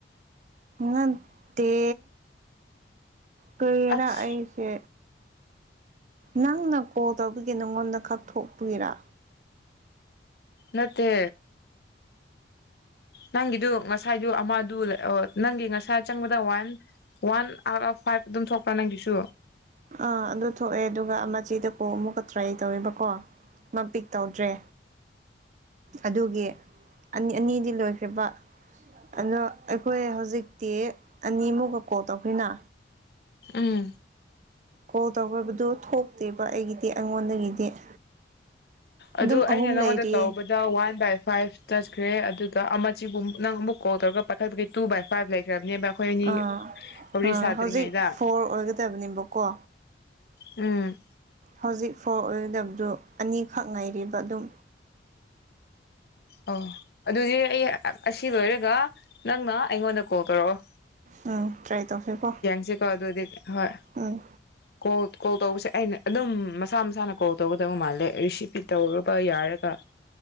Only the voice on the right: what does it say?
ꯅꯠꯇꯦ ꯀꯔꯤꯔ
ꯑꯩꯁꯦ ꯅꯪꯅ ꯀꯣꯜ ꯇꯧꯕꯒꯤ ꯅꯪꯉꯣꯟꯗ ꯈꯛ ꯊꯣꯛꯄꯒꯤꯔ
ꯑꯥ ꯑꯗꯨ ꯊꯣꯛꯑꯦ ꯑꯗꯨꯒ ꯑꯃ ꯆꯦꯗ ꯀꯣꯜ ꯑꯃꯨꯛꯀ ꯇ꯭ꯔꯥꯏ ꯇꯧꯋꯦꯕꯀꯣ ꯃꯥ ꯄꯤꯛ ꯇꯧꯗ꯭ꯔꯦ ꯑꯗꯨꯒꯤ ꯑꯅꯤ ꯑꯅꯤꯗꯤ ꯂꯣꯏꯈ꯭ꯔꯦꯕ ꯑꯗꯣ ꯑꯩꯈꯣꯏ ꯍꯧꯖꯤꯛꯇꯤ ꯑꯅꯤꯃꯨꯛꯀ ꯀꯣꯜ ꯇꯧꯈ꯭ꯔꯦꯅ
ꯀꯣꯜ ꯇꯧꯈ꯭ꯔꯕꯗꯣ ꯊꯣꯛꯇꯦꯕ ꯑꯩꯒꯤꯗꯤ ꯑꯩꯉꯣꯟꯗꯒꯤꯗꯤ
ꯑꯗꯨꯝ
ꯑꯍꯨꯝ
ꯂꯩꯔꯤꯌꯦ
ꯑꯥ
ꯑꯥ
ꯍꯧꯖꯤꯛ ꯐꯣꯔ ꯑꯣꯏꯒꯗꯕꯅꯦꯕꯀꯣ
ꯍꯧꯖꯤꯛ ꯐꯣꯔ ꯑꯣꯏꯒꯗꯕꯗꯨ ꯑꯅꯤꯈꯛ ꯉꯥꯏꯔꯦꯕ ꯑꯗꯨꯝ
ꯎꯝ ꯇ꯭ꯔꯦ ꯇꯧꯁꯤꯀꯣ꯫
ꯎꯝ